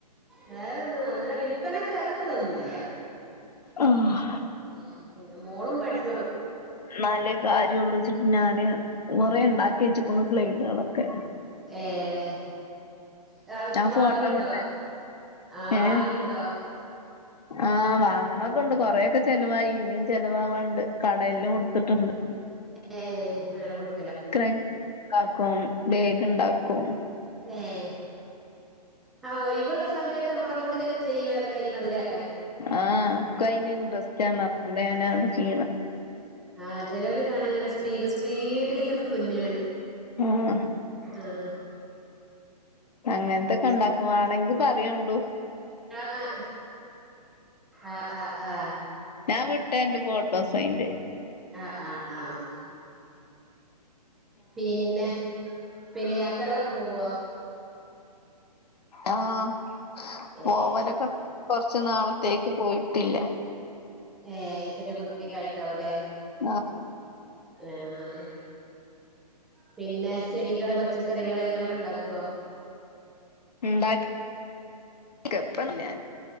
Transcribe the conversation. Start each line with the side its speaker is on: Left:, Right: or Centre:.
Centre: വേറെന്നും അങ്ങനെ വിൽപനക്ക് അങ്ങൻ ത്തെതൊന്നുംല്യ.
Left: ആഹ്.
Centre: ഉം പിന്നെ മോളും പഠിച്ച
Left: നല്ല കാര്യള്ളുച്ചിട്ട് ഞാന് കുറെ ഇണ്ടാക്കി വെച്ച്ക്ക്ണ് ഫ്ലയ്‌ക്ളൊക്കെ.
Centre: ഏഹ് <unintelligible>
Left: ഞാൻ
Centre: വാങ്ങല്ണ്ടോ?
Left: ഫോട്ടോ വിട്ടേരാ
Centre: ആഹ്
Left: ഏഹ്
Centre: വാങ്ങല്ണ്ടോ?
Left: ആഹ് വാങ്ങണൊക്കെ ഇണ്ട് കൊറെയൊക്കെ ചെലവായി ഇനിയും ചെലവാവാണ്ട് കടേല് കൊട്ത്തിട്ടുണ്ട്.
Centre: ഏഹ് അങ്ങനെ കൊട്
Left: ക്രഞ്ച്ണ്ടാക്കും ബേഗ് ഇണ്ടാക്കും.
Centre: ഉം ആഹ് ഒയിവ്ള്ള സമയത്ത് അമ്മളെ കൊണ്ട് ചെയ്ണ് കഴിയണത് ലെ?
Left: ആഹ് ഇക്കയ്ന് ഇട്രസ്റ്റ് ന്ന‌ അതോണ്ട് ഞാന്
Centre: ആണ്
Left: ചെയ്യ്ണ്.
Centre: ആഹ് ചെലോല്‌ കാണ അങ്ങനെ സ്പീഡ് സ്പീഡില്ങ്ങനെ തുന്ന് ണ്.
Left: ആഹ്
Centre: ആഹ്.
Left: അങ്ങൻത്തെക്കെ ഇണ്ടാക്കുവാണെങ്കി പറയൂണ്ടു.
Centre: ആഹ് ആഹ് ആഹ് ആഹ് ആ.
Left: ഞാൻ വിട്ട ര്‌ന്റ്‌ ഫോട്ടോസ് അയ്ന്റെ.
Centre: ആഹ് ആഹ് ആഹ്. പിന്നെ പിന്നെ യാത്രകളൊക്കെ പോവോ?
Left: ആഹ് പോവലക്കെ
Centre: ഏഹ്
Left: കൊർച്ച് നാളത്തേക്ക് പോയിട്ടില്ല.
Centre: ഏഹ് ചെറ്യകുട്ടിക്കെ ആയിണ്ടാവുംല്ലേ?
Left: ആഹ്.
Centre: ആഹ് പിന്നെ ചെടികള് പച്ചക്കറികള് ഇങ്ങനൊക്കെ ഇണ്ടാക്കോ?
Left: ഇണ്ടാക്കും ഇപ്പ ഇല്ല.